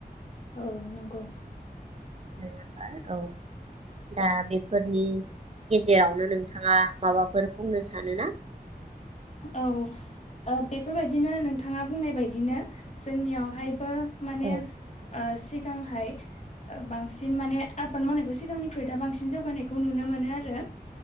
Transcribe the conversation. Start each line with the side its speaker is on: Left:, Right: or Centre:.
Left: औ नंगौ
Right: नङाबा औ दा बेफोरनि गेजेरावनो नोंथाङा माबाफोर बुंनो सानोना?
Left: औ बेफोरबायदिनो नोंथाङा बुंनाय बदिनो जोंनियावहायबो माने
Right: औ
Left: ओ सिगांहाय बांसिन माने आबाद मावनायखौ सिगांनिख्रु दा बांसिन जौगानायखौ नुनो मोनो आरो